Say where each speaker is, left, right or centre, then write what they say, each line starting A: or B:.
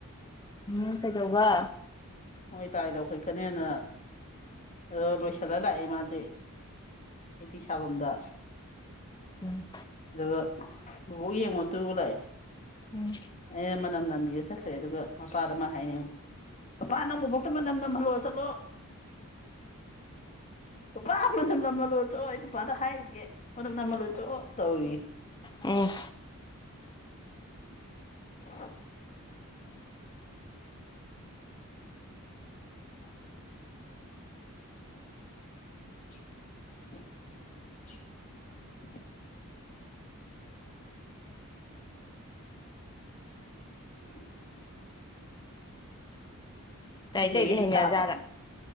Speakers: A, on the left; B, on the left.
A: ꯎꯝ ꯀꯩꯗꯧꯕ
B: ꯃꯣꯏ ꯂꯥꯏ ꯂꯧꯈꯠꯀꯅꯦꯅ ꯑꯗꯣ ꯂꯣꯏꯁꯤꯜꯂ ꯂꯥꯛꯑꯦ ꯃꯥꯗꯤ ꯑꯩꯄꯤ ꯁꯥꯐꯝꯗ
A: ꯎꯝ
B: ꯑꯗꯨꯒ ꯕꯣꯛ ꯌꯦꯡꯉꯣꯠꯇ ꯂꯥꯛꯑꯦ
A: ꯎꯝ
B: ꯑꯩꯅ ꯃꯅꯝ ꯅꯝꯕꯤꯔ ꯆꯠꯈ꯭ꯔꯦ ꯑꯗꯨꯒ ꯃꯄꯥꯗ ꯃꯥ ꯍꯥꯏꯅꯤꯡꯉ ꯄꯥꯄꯥ ꯅꯪ ꯕꯨꯕꯣꯛꯇ ꯃꯅꯝ ꯅꯝꯍꯜꯂꯣ ꯆꯠꯂꯣ ꯄꯄꯥ ꯃꯅꯝ ꯅꯝꯃꯜꯂꯣ ꯆꯣ ꯑꯩ ꯄꯨꯄꯥꯗ ꯍꯥꯏꯔꯨꯒꯦ ꯃꯅꯝ ꯅꯝꯃꯜꯂꯣ ꯆꯣ ꯇꯧꯏ
A: ꯎꯝ
B: <unintelligible> <unintelligible> <unintelligible> <inaudible>
A: ꯇꯥꯏ
B: ꯅꯣꯏ ꯆꯦꯒꯤꯗꯤ
A: ꯇꯩꯗꯤ ꯍꯩꯅꯔꯖꯥꯠꯂꯥ
B: ꯁꯥꯗ꯭ꯔꯦ